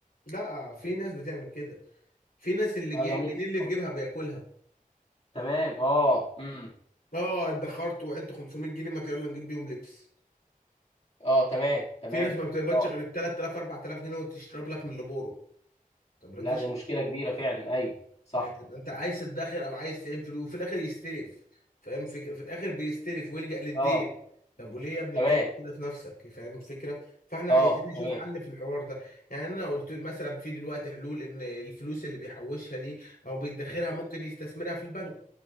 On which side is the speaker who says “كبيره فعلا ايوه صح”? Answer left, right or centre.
Left